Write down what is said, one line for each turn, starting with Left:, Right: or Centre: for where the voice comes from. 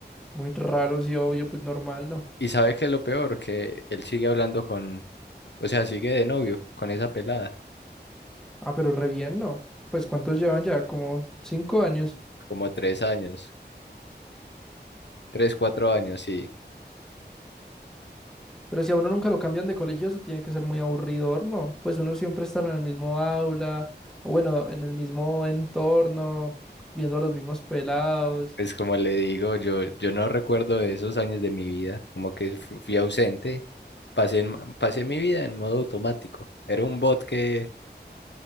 Centre: muy raro, sí, obvio, pues normal, ¿no?
Left: Y sabe que lo peor, que él sigue hablando con, o sea, sigue de novio con esa pelada,
Centre: Ah, pero re bien, ¿no? Pues ¿cuántos llevan ya? Como cinco años.
Left: como tres años, tres, cuatro años, sí
Centre: Pero si a uno nunca lo cambian de colegio, eso tiene que ser muy aburridor, ¿no? Pues uno siempre estará en el mismo aula, o bueno, en el mismo entorno, viendo a los mismos pelados.
Left: pues como le digo, yo, yo no recuerdo de esos años de mi vida, como que fu- fui ausente, pasé, en- pasé mi vida en modo automático. Era un bot que